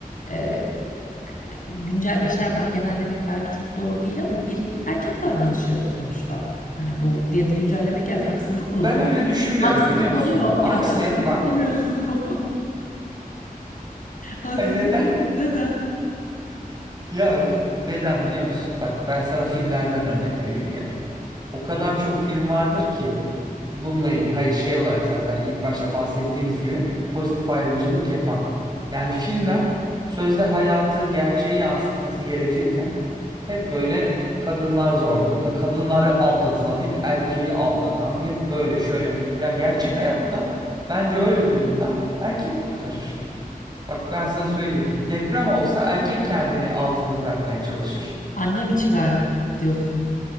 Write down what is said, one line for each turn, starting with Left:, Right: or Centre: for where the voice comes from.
Left: Ee, güncel şey yapmak, genellemek belki çok doğru değil ama bir erkek davranışı sonuçta. Hani bu diye güncellemek evet haksızlık oluyor.
Right: Ben öyle düşünmüyorum
Left: Haksızlık
Right: biliyor musun?
Left: oluyor.
Right: Aksi
Left: Bir dakika haksızlık
Right: bak.
Left: oluyor. <laughs> Haksızlık
Right: Ay neden?
Left: neden?
Right: <laughs> Ya neden biliyor musun? Bak ben sana filmlerden örnek vereyim gene. O kadar çok film vardır ki bununla ilgili hayır şey olarak zaten ilk başta bahsettiğimiz gibi pozitif ayrımcılık yapan. Yani filmler sözde hayatı gerçeği yansıtması gerekirken hep böyle kadınlar zor durumda. Kadınları aldatılan, hep erkeği aldatan, hep böyle şöyle. Ya gerçek hayatta bence öyle durumda erkek kurtarır. Bak ben sana söyleyeyim. Deprem olsa erkek kendini altında bırakmaya çalışır.
Left: Anne mi çıkar diyorsun?